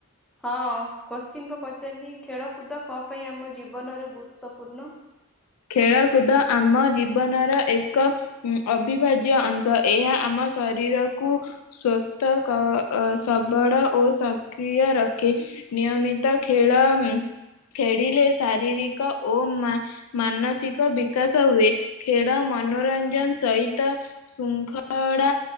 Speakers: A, in the centre; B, on the left.
A: ହଁ କୋଶ୍ଚିିନ ପ ପଚାରିଲି ଖେଳକୁଦ କଣ ପାଇଁ ଆମ ଜୀବନରେ ଗୁରୁତ୍ୱପୂର୍ଣ୍ଣ?
B: ଖେଳକୁଦ ଆମ ଜୀବନର ଏକ ଉଁ ଅବିଭାଜ୍ୟ ଅଂଶ। ଏହା ଆମ ଶରୀରକୁ ସ୍ଵସ୍ଥ କ ଅ ସବଡ ଓ ସକ୍ରିୟ ରଖେ। ନିୟମିତ ଖେଳ ଖେଡିଲେ ଶାରୀରିକ ଓ ମା ମାନସିକ ବିକାଶ ହୁଏ। ଖେଳ ମନୋରଞ୍ଜନ ସହିତ ଶୃଙ୍ଖଳା